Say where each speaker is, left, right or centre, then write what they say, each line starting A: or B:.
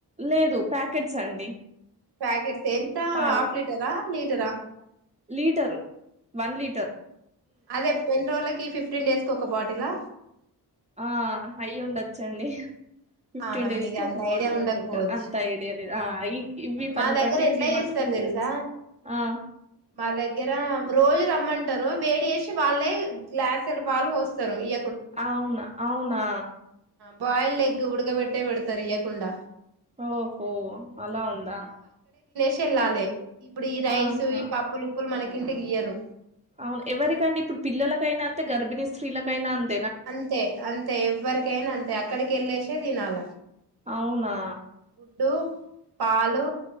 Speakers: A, on the right (about 20°); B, on the right (about 70°).
A: లేదు ప్యాకెట్స్ అండి
B: పాకెట్స్ ఎంత
A: పాల
B: హాఫ్ లీటరా లి లీటరా
A: లీటరు వన్ లీటరు
B: అదే ఎన్ని రోజులకి ఫిఫ్టీన్ డేస్కి ఒక బటిలా
A: ఆ హై ఉండొచ్చండి ఫిఫ్టీన్
B: ఆహా
A: డేస్
B: మీకు
A: కి
B: అంత
A: ఒక బాటిల్
B: ఐడియా ఉండకపోవచ్చు
A: అనుకుంట అంత ఐడియా లేదు ఇవి పల్లిలు
B: మా దగ్గర ఎట్లా
A: ఇవి మాత్రం
B: చేస్తారు తెలుసా
A: తెలుసు ఆ
B: మా దగ్గర రోజు రమ్మంటారు వేడి చేసి వాళ్ళే గ్లాస్డ్ పాలు పోస్తారు ఇ
A: అవునా అవునా
B: బయిల్డ్ ఎగ్ ఉడ ఉండక పెట్ ఏ పెడ్తారు ఇయకుండా
A: ఓహో అలా ఉందా
B: చెల్లలే ఇప్పుడు ఈ రైస్
A: ఆహా
B: ఈ పాప్పులు ఉప్పులు మనకి కింటికి ఇయరు
A: అవును ఎవరికండి ఇప్పుడు పిల్లలకైనా అంతే గర్భిణీ స్త్రీలకైనా అంతే
B: అంతే అంతే ఎవ్వరికైనా అంతే అక్కడికి వెళ్ళే చేది నాల
A: అవునా
B: గుడ్డు పాలు